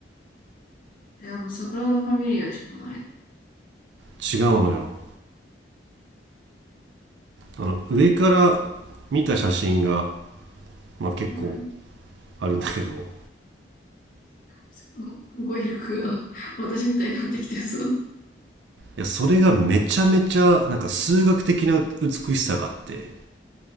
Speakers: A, on the left; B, on the right.
A: え、あの、サグラダ・ファミリアしかない。
B: 違うのよあの上から見た写真が、まあ、結構
A: うん。
B: あるんだけど
A: すご語彙力が <laughs> 私みたいになってきてるぞ。
B: いやそれがめちゃめちゃなんか数学的な美しさがあって